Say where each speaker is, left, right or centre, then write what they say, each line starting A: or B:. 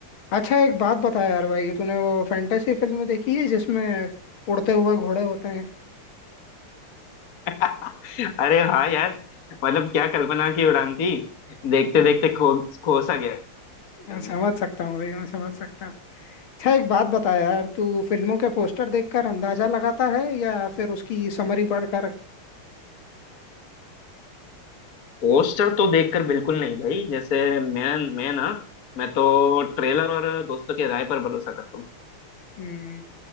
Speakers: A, on the left; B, on the left.
A: अच्छा एक बात बता यार भाई तूने वो फैंटेसी फिल्म देखी है जिसमें उड़ते हुए घोड़े होते हैं
B: <laughs> अरे हाँ यार मतलब क्या कल्पना की उड़ान थी देखते
A: हम्म,
B: देखते खो खो सा गया
A: मैं
B: हमने
A: समझ सकता हूँ भाई मैं समझ सकता हूँ अच्छा एक बात बता यार तू फिल्मों के पोस्टर देखकर अंदाजा लगाता है या फिर उसकी समरी पढ़कर
B: पोस्टर तो देखकर बिल्कुल नहीं भाई जैसे मैं मैं ना मैं तो ट्रेलर और दोस्तों की राय पर भरोसा करता हूँ
A: हम्म